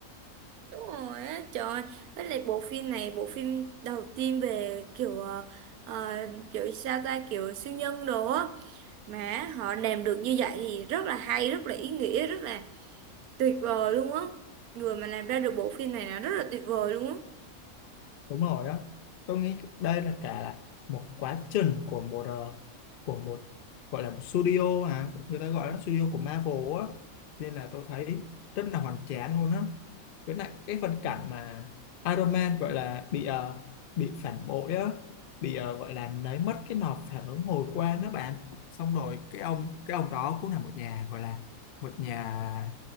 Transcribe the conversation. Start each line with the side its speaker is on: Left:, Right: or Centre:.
Right: đúng rồi á trời ơi. với lại bộ phim này bộ phim đầu tiên về kiểu ờ, ờ, kiểu sao ta kiểu siêu nhân đồ á mà họ làm được như vậy thì rất là hay rất là ý nghĩa rất là tuyệt vời luôn á người mà làm ra được bộ phim này là rất là tuyệt vời luôn á
Left: đúng rồi á tôi nghĩ đây là cả là một quá trình của một ờ, của một gọi là một studio à người ta gọi là studio của Marvel á nên là tôi thấy rất là hoành tráng luôn á với lại cái phân cảnh mà Iron Man gọi là bị ờ, bị phản bội á bị ờ, gọi là lấy mất cái nọc phản ứng hồi quang đó bạn xong rồi cái ông cái ông đó cũng là một nhà gọi là một nhà